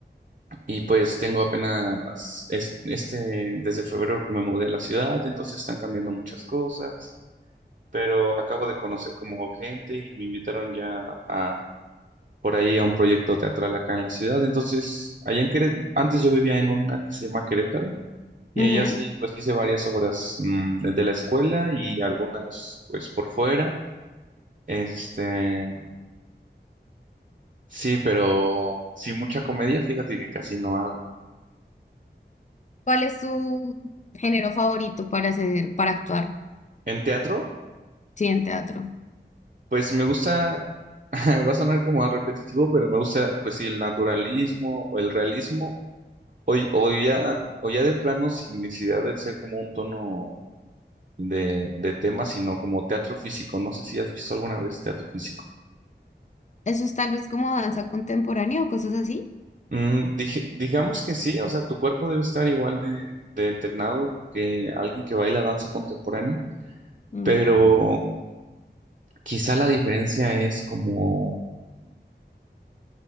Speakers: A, on the right (about 45°); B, on the left (about 40°).
A: y pues tengo apenas es- este, desde febrero que me mudé a la ciudad, entonces están cambiando muchas cosas, pero acabo de conocer como gente y me invitaron ya a por ahí a un proyecto teatral acá en la ciudad, entonces allá en Querétaro, antes yo vivía en una que se llama Querétaro. Y
B: ujú.
A: allá sí, pues hice varias obras mm, de la escuela y algunas pues por fuera. Este, sí, pero sin mucha comedia, fíjate que casi no hago.
B: ¿Cuál es tu género favorito para hacer, para actuar?
A: En teatro,
B: Sí, en teatro.
A: pues me gusta, <laughs> va a sonar como a repetitivo, pero me gusta, pues sí, el naturalismo o el realismo, o, y- o ya, o ya de plano sin necesidad de ser como un tono de, de tema, sino como teatro físico. No sé si has visto alguna vez teatro físico.
B: Eso es tal vez como danza contemporánea o cosas así.
A: Mm, dije- digamos que sí, o sea, tu cuerpo debe estar igual de, de entrenado que alguien que baila danza contemporánea,
B: Mm.
A: pero Quizá la diferencia es como,